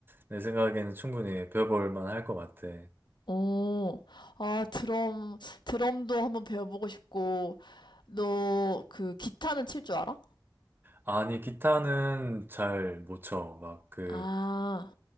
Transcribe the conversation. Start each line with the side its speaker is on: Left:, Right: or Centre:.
Right: 내 생각에는 충분히 배워볼 만할 것 같아.
Left: 어, 아, 드럼, 드럼도 한번 배워보고 싶고, 너, 그, 기타는 칠 줄 알아?
Right: 아니, 기타는 잘 못 쳐. 막 그,
Left: 아,